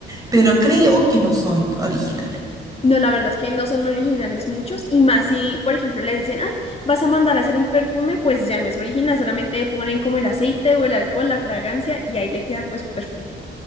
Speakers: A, on the right (about 15°); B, on the left (about 30°).
A: pero creo que no son originales.
B: No, la verdad es que no son originales muchos, y más si, por ejemplo, le dicen, ay, vas a mandar a hacer un perfume, pues ya no es original, solamente le ponen como el aceite o el alcohol, la fragancia, y ahí le queda pues su perfume.